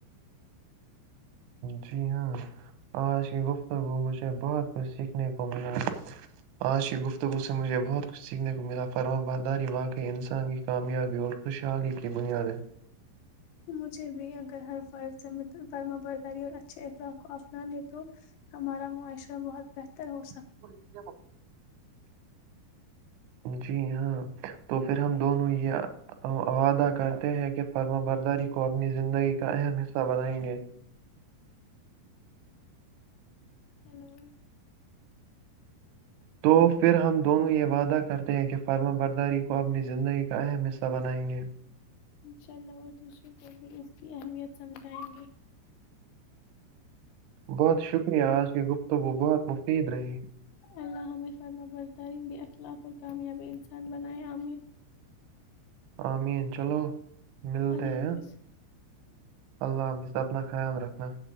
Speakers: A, on the right; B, on the left.
A: جی ہاں آج کی گفتگو مجھے بہت کچھ سیکھنے کو ملا آج کی گفتگو سے مجھے بہت کچھ سیکھنے کو ملا فروا برداری واقعی انسان کی کامیابی اور خوشحالی کی بنیاد ہے
B: مجھے بھی اگر ہر فرض فرمہ برداری اور اچھے اخلاق کو اپنا لے تو ہمارا معاشرہ بہت بہتر تر ہو سا
A: ہے جی ہاں تو پھر ہم دونوں یہ وعدہ کرتے ہیں کہ فرم برداری کو اپنی زندگی کا اہم حصہ بنائیں گے
B: ہلو
A: تو پھر ہم دونوں یہ وعدہ کرتے ہیں کہ فرما برداری کو اپنی زندگی کا اہم حصہ بنائیں گے
B: انشاء اللہ اور دوسروں کو بھی اس کی اہمیت سمجھ تھینک یو
A: بہت شکریہ آج کی گفتگو بہت مفید رہی
B: اللہ ہم فرما بر ترین بھی اخلاق اور کامیابی انسان بنائے عمین
A: آمین چلو ملتے
B: اللہ حافظ
A: ہیں اللہ حافظ اپنا خیال رکھنا